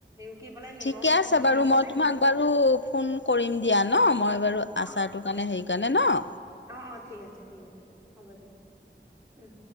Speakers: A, on the right (about 15°); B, on the left (about 75°).
A: ৰুকি পেলাই নিমখ
B: ঠিকে
A: অকমান
B: আছে বাৰু
A: দি
B: মই
A: পেলাই।
B: তোমাক বাৰু ফোন কৰিম দিয়া ন মই বাৰু
A: অ',
B: আচাৰটোৰ কাৰণে সেইকাৰণে ন
A: অ অ ঠিক আছে ঠিক আছে হ'ব দিয়া উম।